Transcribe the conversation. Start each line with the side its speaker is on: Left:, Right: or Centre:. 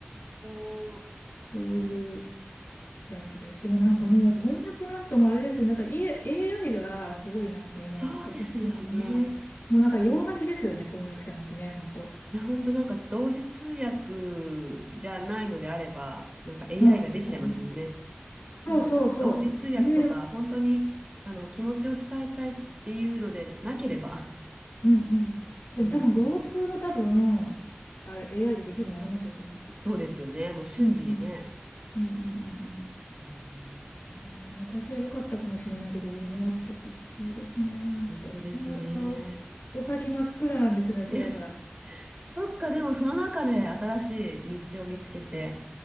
Right: お
Left: そういうやつです。でもなんかもう、
Right: ーなるほど。
Left: 翻訳なんかもあれですよね。なんか、い AI がすごいなんか今発達してるから、
Right: そうですよね。
Left: もうなんか用なしですよね、翻訳者なんてね、本当。
Right: いや本当なんか同時通訳じゃないのであれば、なんか AI
Left: うん。
Right: ができちゃいますもんね。
Left: うんそうそうそう。
Right: なんか同時通訳とか、
Left: 入力。
Right: 本当にあの気持ちを伝えたいっていうのでなければ、
Left: うんうん。
Right: <laughs> うん、
Left: でも多分、同通も多分、あれ、AI でできるようになりますよ、そのうち。
Right: そうですよね。もう瞬時にね。
Left: うんうん。うんうんうんうん。
Right: うん、
Left: ね、昔は良かったかもしれないけど、今はちょっと厳しいですね、本当。
Right: 本当ですね。
Left: もうだからお、お先真っ暗なんですよね、
Right: <laughs>
Left: 私はだから。
Right: え、そっか、でもその中で新しい道を見つけて。